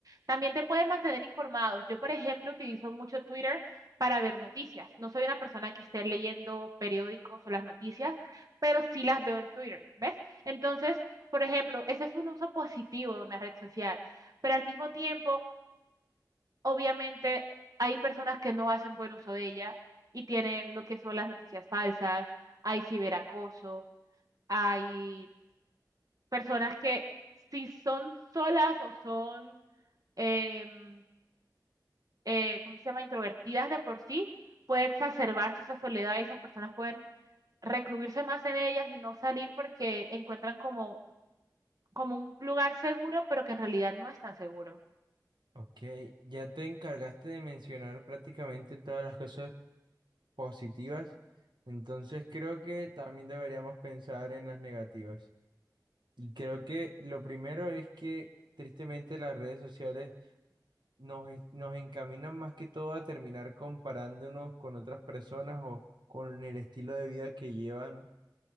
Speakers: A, on the right; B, on the right.
A: También te pueden mantener informados. Yo, por ejemplo, utilizo mucho Twitter para ver noticias. No soy una persona que esté leyendo periódicos o las noticias, pero sí las veo en Twitter, ¿ves? Entonces, por ejemplo, ese es un uso positivo de una red social, pero al mismo tiempo, obviamente, hay personas que no hacen buen uso de ella y tienen lo que son las noticias falsas, hay ciberacoso, hay personas que si son solas o son, em, eh, ¿cómo se llama?, introvertidas de por sí, puede exacerbarse esa soledad y esas personas pueden recluirse más en ellas y no salir porque encuentran como, como un lugar seguro, pero que en realidad no es tan seguro.
B: Ok, ya te encargaste de mencionar prácticamente todas las cosas positivas, entonces creo que también deberíamos pensar en las negativas. Y creo que lo primero es que tristemente las redes sociales nos, es- nos encaminan más que todo a terminar comparándonos con otras personas o con el estilo de vida que llevan